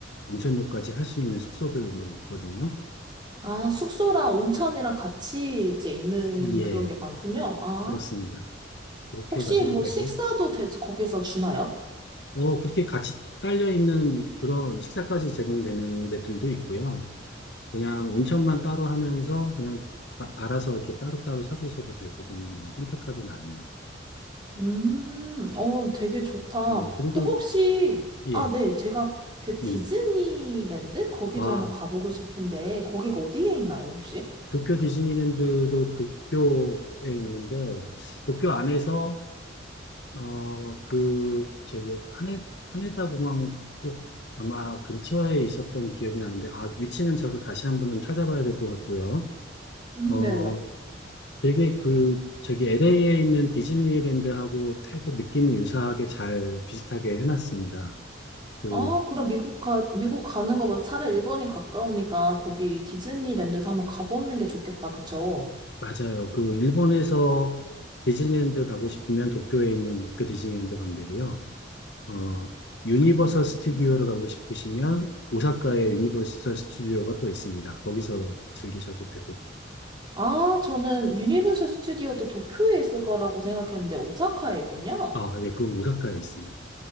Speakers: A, on the left; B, on the right.
A: 온천요까지 할 수 있는 숙소들 막 있거든요.
B: 아, 숙소랑 온천이랑 같이 이제 있는
A: 예,
B: 그런 게 많군요. 아,
A: 그렇습니다. 그렇게
B: 혹시
A: 가셔도
B: 뭐
A: 되고,
B: 식사도 대- 거기서 주나요?
A: 어, 그렇게 같이 딸려 있는 그런 식사까지 제공되는 데들도 있고요. 그냥 온천만 따로 하면서 그냥 아- 알아서 이렇게 따로따로 사드셔도 되고, 그건 뭐 선택하기 나름.
B: 음, 어, 되게 좋다.
A: 어, 그리고,
B: 또 혹시,
A: 예,
B: 아, 네, 제가 그 디즈니랜드?
A: 음.
B: 거기도
A: 아,
B: 한번 가보고 싶은데, 거기가 어디에 있나요, 혹시?
A: 도쿄 디즈니랜드도 도쿄에 있는데, 도쿄 안에서, 어, 그, 저기, 하네, 하네다 공항 쪽 아마 근처에 있었던 기억이 나는데, 아, 위치는 저도 다시 한번 좀 찾아봐야 될 것 같고요.
B: 음,
A: 어,
B: 네네.
A: 되게 그 저기 LA에 있는 디즈니랜드하고 되게 느낌이 유사하게 잘 비슷하게 해놨습니다. 그
B: 아, 그럼 미국 가, 미국 가는 거보다 차라리 일본이 가까우니까 거기 디즈니랜드도 한번 가보는 게 좋겠다, 그쵸?
A: 맞아요. 그 일본에서 디즈니랜드 가고 싶으면 도쿄에 있는 도쿄 디즈니랜드 가면 되고요. 어 유니버설 스튜디오를 가고 싶으시면 오사카에 유니버설 스튜디오가 또 있습니다. 거기서 즐기셔도 되고.
B: 아, 저는 유니버설 스튜디오도 도쿄에 있을 거라고 생각했는데 오사카에 있군요.
A: 아, 예, 그건 오사카에 있습니다.